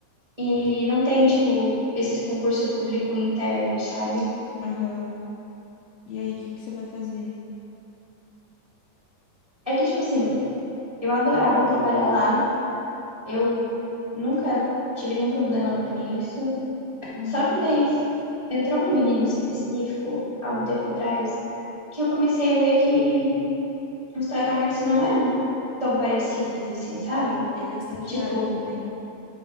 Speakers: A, on the right; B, on the left.
A: E não tem, tipo, esses concursos público internos, sabe?
B: Aham. E aí, o que que você vai fazer?
A: É que, tipo assim, eu adorava trabalhar lá, eu nunca tive nenhum problema com isso.
B: Aham.
A: Só que daí f- entrou um menino específico, há um tempo atrás, que eu comecei a ver que os tratamentos não eram tão parecidos assim, sabe?
B: Ele é estagiário
A: Tipo,
B: também.